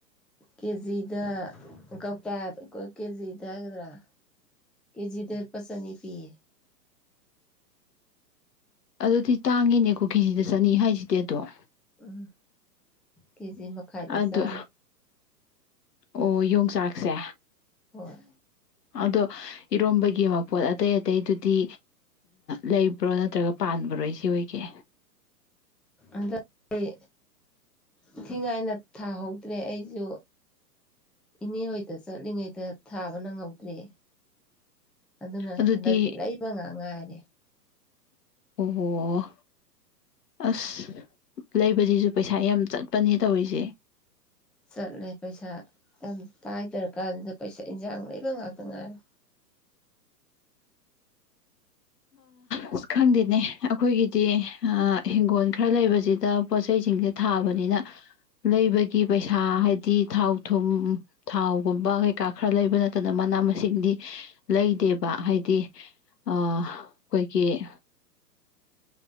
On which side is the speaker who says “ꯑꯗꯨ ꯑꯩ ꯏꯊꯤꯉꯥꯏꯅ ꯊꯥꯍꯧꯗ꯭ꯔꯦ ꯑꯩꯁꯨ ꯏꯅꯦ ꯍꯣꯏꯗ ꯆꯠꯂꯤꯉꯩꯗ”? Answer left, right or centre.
Centre